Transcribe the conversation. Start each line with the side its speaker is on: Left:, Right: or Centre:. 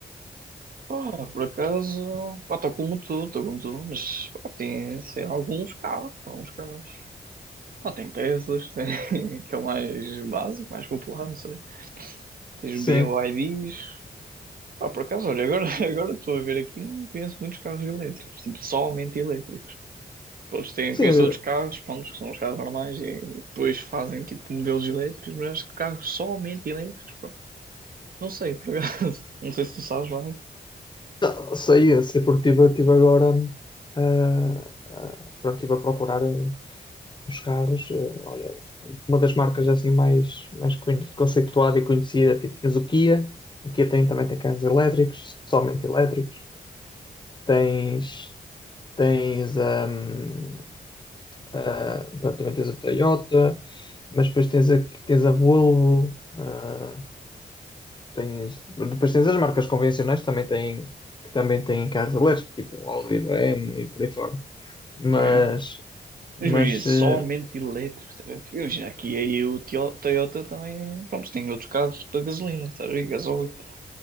Right: Ah, por acaso, pá, estou como tu, estou como tu, mas, pá, assim, sei, alguns carros, alguns carros. Ah, tem Teslas, tem, <laughs> que é o mais básico, mais popular, não sei. Tens
Left: Sim.
Right: BYDs. Ah, por acaso, olha, agora <laughs> agora estou a ver aqui, não conheço muitos carros elétricos, tipo, somente elétricos. Pois tem,
Left: Sim,
Right: conheço
Left: eu
Right: outros carros, pronto, que são os carros normais e depois fazem, tipo, modelos elétricos, mas acho que carros somente elétricos, pá. Não sei, por acaso. <laughs> Não sei se tu sabes, vai.
Left: não, sei, eu sei porque estive tive tive agora. hum, ah, ah, pronto, estive a procurar hum, os carros. eh, Olha, uma das marcas assim mais, mais con- conceituada e conhecida, tipo tens o Kia, a Kia tem, também tem carros elétricos, somente elétricos, tens, tens hum, a- pronto, também tens a Toyota, mas depois tens a, tens a Volvo, ah, tens, depois tens as marcas convencionais também têm, que também têm carros elétricos, tipo Audi, BMW e por aí fora. Mas,
Right: Ah, é? Mas
Left: mas
Right: imagina, só
Left: eh,
Right: elétrico, tá a ver? Tipo, Imagina, aqui aí o Tio- Toyota também, pronto, tem outros carros tipo a gasolina, tá a ver? Gasóleo.